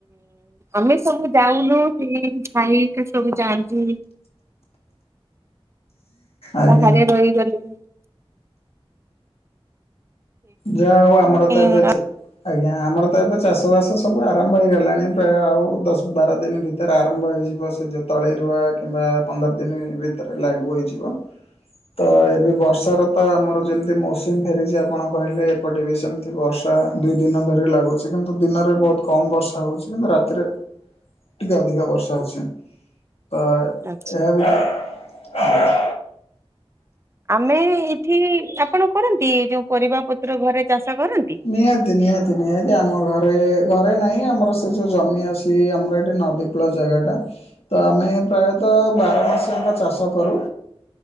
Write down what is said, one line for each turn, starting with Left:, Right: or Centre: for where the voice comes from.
Right: ଆମେ ସବୁ ଯାଇନୁ ଟି ଭାଇ ହେରିକା ସବୁ ଯାଆନ୍ତି।
Left: ଆଜ୍ଞା।
Right: ବାହାରେ ରହିଗଲୁ।
Left: ଯାହା ହଉ ଆମର
Right: ସେଇଥିପାଇଁ
Left: ତ ଏବେ ଚା ଆଜ୍ଞା ଆମର ତ ଏବେ ଚାଷବାସ ସବୁ ଆରମ୍ଭ ହେଇଗଲାଣି। ପ୍ରାୟ ଆଉ ଦଶ ବାର ଦିନ ଭି ଭିତରେ ଆରମ୍ଭ ହେଇଯିବ। ସେ ଯୋ ତଳେ ରୁଆ କିମ୍ବା ପନ୍ଦର ଦିନ ଭିତରେ ଲାଗୁ ହେଇଯିବ। ତ ଏବେ ବର୍ଷାର ତ ଆମର ଯେମିତି ମୌସୁମୀ ଫେରିଛି ଆପଣ କହିଲେ ଏପଟେ ବି ସେମିତି ବର୍ଷା ଦୁଇ ଦିନ ଧରି ଲାଗୁଛି କିନ୍ତୁ ଦିନରେ ବହୁତ୍ କମ୍ ବର୍ଷା ହଉଛି। କିନ୍ତୁ ରାତିରେ ଟିକେ ଅଧିକା ବର୍ଷା ହଉଛି। ତ
Right: ଆଚ୍ଛା
Left: ଏହା ବି
Right: ଆମେ ଏଠି ଆପଣ କରନ୍ତି ଯୋଉ ପରିବା ପତ୍ର ଘରେ ଚାଷ କରନ୍ତି?
Left: ନିହାତି ନିହାତି ନିହାତି ଆମ ଘରେ ଘରେ ନାହିଁ ଆମର ସେ ଯେଉଁ ଜମି ଅଛି ଆମର ଏଠି ନଦୀ କୂଳ ଜାଗାଟା ତ ଆମେ ପ୍ରାୟତଃ ବାରମାସିଙ୍କ ଚାଷ କରୁ।